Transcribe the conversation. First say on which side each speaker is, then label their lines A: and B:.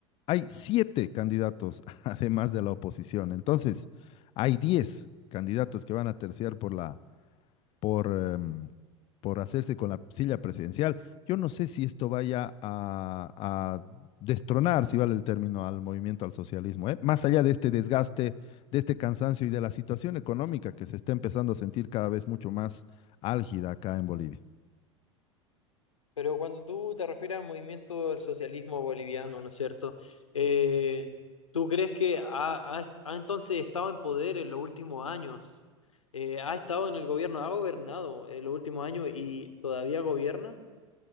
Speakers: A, on the left (about 35°); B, on the left (about 80°).
A: hay siete candidatos <laughs> además de la oposición. Entonces, hay diez candidatos que van a terciar por la por, em, por hacerse con la silla presidencial. Yo no sé si esto vaya a, a destronar, si vale el término, al movimiento al socialismo, ¿eh? Más allá de este desgaste, de este cansancio y de la situación económica que se está empezando a sentir cada vez mucho más álgida acá en Bolivia.
B: Pero cuando tú te refieres al movimiento del socialismo boliviano, ¿no es cierto? Eh, ¿tú crees que ha, ha- ha entonces estado en poder en los últimos años? Eh, ¿ha estado en el gobierno? ¿Ha gobernado en los últimos años y todavía gobierna?